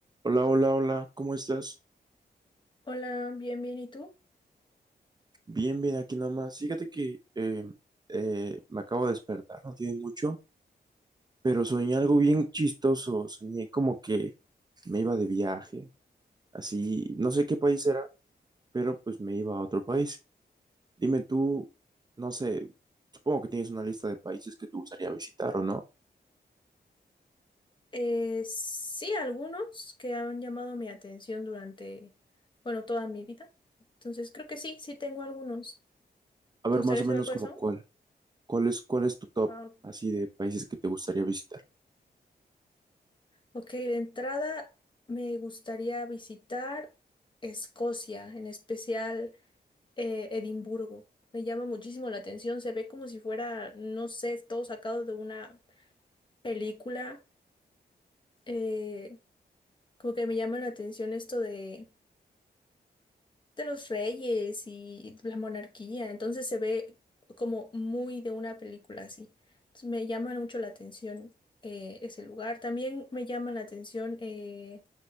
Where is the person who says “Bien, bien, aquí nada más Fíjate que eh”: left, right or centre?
Right